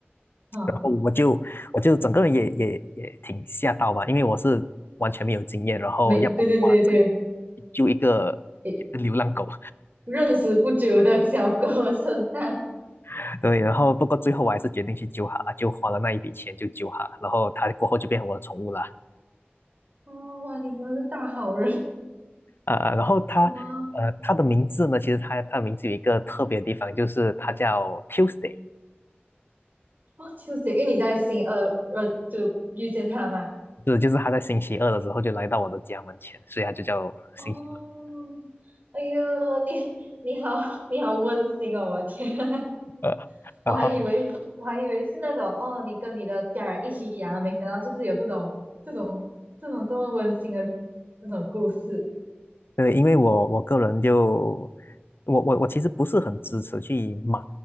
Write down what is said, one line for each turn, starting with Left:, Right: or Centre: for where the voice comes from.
Right: 好，
Left: 然后我就我就整个人也也也挺吓到吧，因为我是完全没有经验，然后要我哇，
Right: 没，对对对对，
Left: 这救一笔救一个流浪狗，
Right: 诶认识不久的小哥身上，
Left: <laughs> 对，然后不过最后我还是决定去救它了就花了那一笔钱就救它了，然后它过后就变成我的宠物了，
Right: 哦，哇，你真的是大好人，
Left: 啊、然后它呃它的名字呢，
Right: 哇，
Left: 其实它它的名字有一个特别的地方，就是它叫 Tuesday，
Right: 哦，就是因为你在新二呃就遇见他嘛。
Left: 是就是它在星期二的时候就来到我的家门前，所以它就叫星期
Right: 哦，哎呦，你你好你好温馨哦，我的天，<laughs>
Left: 二，呃然后。
Right: 我还以为我还以为是那种哦，你跟你的家人一起养了，没想到就是有这种这种这种这么温馨的那种故事。
Left: 对，因为我我个人就我我我其实不是很支持去买